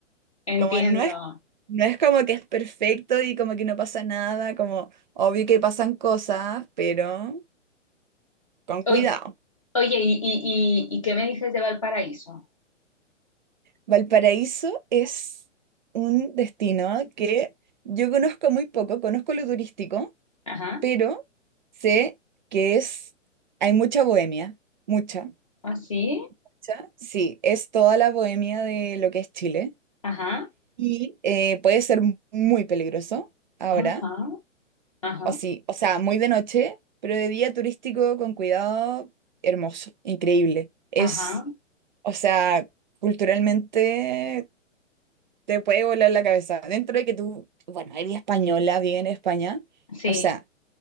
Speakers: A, on the left; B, on the right.
A: Entiendo.
B: como no es, no es como que es perfecto y como que no pasa nada, como obvio que pasan cosas, pero con cuidado.
A: Oy- Oye, ¿y, y, y, y qué me dices de Valparaíso?
B: Valparaíso es un destino que yo conozco muy poco, conozco lo turístico,
A: Ajá,
B: pero sé que es, hay mucha bohemia, mucha,
A: así,
B: mucha. Sí, es toda la bohemia de lo que es Chile
A: ajá,
B: y eh, puede ser muy peligroso ahora,
A: ajá, ajá,
B: o sí, o sea, muy de noche, pero de día turístico con cuidado, hermoso, increíble. Es,
A: ajá,
B: o sea, culturalmente te puede volar la cabeza. Dentro de que tú, bueno, eres española, vives en España,
A: sí,
B: o sea,